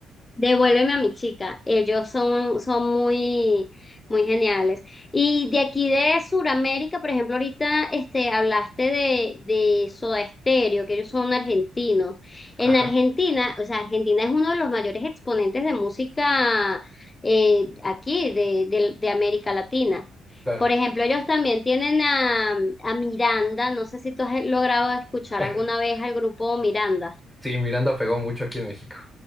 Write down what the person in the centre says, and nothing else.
ajá,
claro.
<laughs>
Sí, Miranda pegó mucho aquí en México.